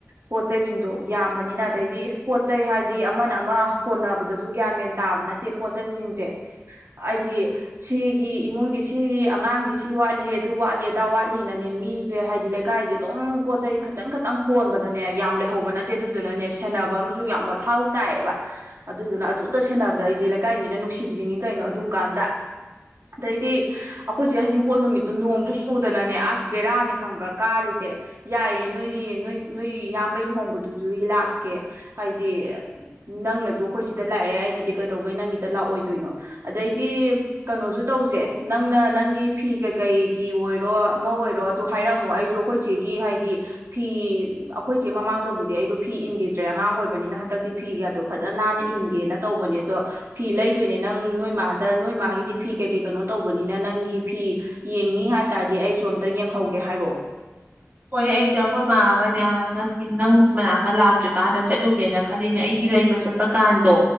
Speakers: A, on the right; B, on the right.
A: ꯄꯣꯠꯆꯩꯁꯤꯡꯗꯣ ꯌꯥꯝꯕꯅꯤꯅ ꯑꯗꯩꯗꯤ ꯏꯁ ꯄꯣꯠꯆꯩ ꯍꯥꯏꯗꯤ ꯑꯃꯅ ꯑꯃ ꯍꯣꯠꯅꯕꯗꯁꯨ ꯒ꯭ꯌꯥꯟ ꯃꯦꯟ ꯇꯥꯕ ꯅꯠꯇꯦ ꯄꯣꯠ ꯆꯩꯁꯤꯡꯁꯦ ꯍꯥꯏꯗꯤ ꯁꯤꯒꯤ ꯏꯃꯨꯡꯒꯤ ꯁꯤꯒꯤ ꯑꯉꯥꯡꯒꯤ ꯁꯤ ꯋꯥꯠꯂꯤ ꯑꯗꯨ ꯋꯥꯠꯂꯤ ꯑꯗꯥ ꯋꯥꯠꯂꯤꯅꯅꯦ ꯃꯤꯁꯦ ꯍꯥꯏꯗꯤ ꯂꯩꯀꯥꯏꯁꯦ ꯑꯗꯨꯝ ꯄꯣꯠ ꯆꯩꯩ ꯈꯇꯪ ꯈꯇꯪ ꯍꯣꯟꯕꯗꯅꯦ ꯌꯥꯝ ꯂꯩꯍꯧꯕ ꯅꯠꯇꯦ ꯑꯗꯨꯗꯨꯅꯅꯦ ꯁꯦꯟꯅꯕ ꯑꯃꯁꯨ ꯌꯥꯝ ꯃꯊꯧ ꯇꯥꯏꯌꯦꯕ ꯑꯗꯨꯗꯨꯅ ꯑꯗꯨꯗ ꯁꯦꯟꯅꯕꯗ ꯑꯩꯁꯦ ꯂꯩꯀꯥꯏ ꯃꯤꯅ ꯅꯨꯡꯁꯤ ꯁꯤꯗ꯭ꯔꯤꯅꯤ ꯀꯩꯅꯣ ꯑꯗꯨꯝꯀꯥꯟꯗ ꯑꯗꯩꯗꯤ ꯑꯩꯈꯣꯏꯁꯦ ꯍꯩꯖꯤꯡꯄꯣꯠ ꯅꯨꯃꯤꯠꯇꯣ ꯅꯣꯡꯁꯨ ꯁꯨꯗꯅꯅꯦ ꯑꯁ ꯕꯦꯔꯥꯅꯤ ꯈꯪꯕ꯭ꯔꯥ ꯀꯥꯔꯤꯁꯦ ꯌꯥꯏꯌꯦꯦ ꯅꯣꯏꯒꯤ ꯅꯣꯏ ꯅꯣꯏ ꯏꯌꯥꯝꯕꯩ ꯂꯨꯍꯣꯡꯕꯗꯨꯁꯨ ꯂꯥꯛꯀꯦ ꯍꯥꯏꯗꯤ ꯅꯪꯅꯁꯨ ꯑꯩꯈꯣꯏ ꯁꯤꯗ ꯂꯥꯛꯑꯦ ꯑꯩꯅꯗꯤ ꯀꯩꯗꯧꯕꯩ ꯅꯪꯒꯤꯗ ꯂꯥꯛꯑꯣꯏ ꯑꯗꯨꯏꯅꯣ ꯑꯗꯩꯗꯤ ꯀꯩꯅꯣꯁꯨ ꯇꯧꯁꯦ ꯅꯪꯅ ꯅꯪꯒꯤ ꯐꯤ ꯀꯩꯀꯩꯒꯤ ꯑꯣꯏꯔꯣ ꯑꯃ ꯑꯣꯏꯔꯣ ꯑꯗꯨꯗ ꯍꯥꯏꯔꯛꯑꯝꯃꯣ ꯑꯩꯗꯣ ꯑꯩꯈꯣꯏꯆꯦꯒꯤ ꯍꯥꯏꯗꯤ ꯐꯤ ꯑꯩꯈꯣꯏꯆꯦ ꯃꯃꯥꯡꯗꯕꯨꯗꯤ ꯑꯩꯗꯣ ꯐꯤ ꯏꯟꯈꯤꯗ꯭ꯔꯦ ꯑꯉꯥꯡ ꯑꯣꯏꯕꯅꯤꯅ ꯍꯟꯗꯛꯇꯤ ꯐꯤꯒꯗꯣ ꯐꯖꯅ ꯅꯥꯟꯅ ꯏꯟꯒꯦꯅ ꯇꯧꯕꯅꯦ ꯑꯗꯣ ꯐꯤ ꯂꯩ ꯀꯗꯣꯏꯅꯦ ꯅꯪ ꯅꯣꯏ ꯃꯥꯗ ꯅꯣꯏ ꯃꯥꯒꯤꯗꯤ ꯐꯤ ꯀꯩ ꯀꯩ ꯀꯩꯅꯣ ꯇꯧꯕꯅꯤꯅ ꯅꯪꯒꯤ ꯐꯤ ꯌꯦꯡꯅꯤ ꯍꯥꯏ ꯇꯥꯔꯗꯤ ꯑꯩꯁꯨ ꯑꯝꯇ ꯌꯦꯡꯍꯧꯒꯦ ꯍꯥꯏꯔꯛꯑꯣ
B: ꯍꯣꯏ ꯑꯩꯁꯦ ꯑꯩꯈꯣꯏ ꯃꯥꯒꯅꯦ ꯅꯪꯒꯤ ꯅꯪꯒꯤ ꯃꯅꯥꯛꯀ ꯂꯥꯛꯇ꯭ꯔꯤꯀꯥꯟꯗ ꯆꯠꯂꯨꯒꯦꯅ ꯈꯜꯂꯤꯅꯦ ꯑꯩꯒꯤ ꯂꯩꯕ ꯆꯠꯄ ꯀꯥꯟꯗꯣ